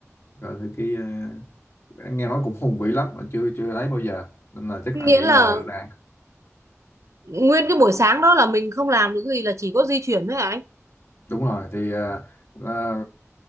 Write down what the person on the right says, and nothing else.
nghĩa
là
nguyên cái buổi sáng đó là mình không làm được gì là chỉ có di chuyển thôi hả anh